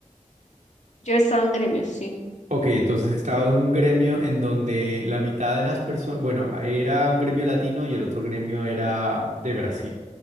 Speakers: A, on the left; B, on the right.
A: Yo he estado en gremios, sí.
B: Ok, entonces estaba en un gremio en donde la mitad de las personas, bueno, era un gremio latino y el otro gremio era de Brasil.